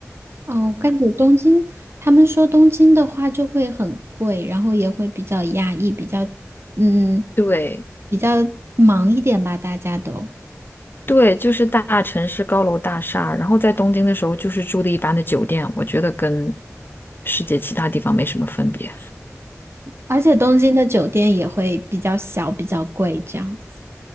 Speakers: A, on the right; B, on the left.
A: 哦，我感觉东京，他们说东京的话就会很贵，然后也会比较压抑，比较嗯，
B: <laughs> 对
A: 比较忙一点吧，大家都。
B: 对，就是大城市高楼大厦，然后在东京的时候就是住的一般的酒店，我觉得跟世界其他地方没什么分别。
A: 而且东京的酒店也会比较小，比较贵这样子。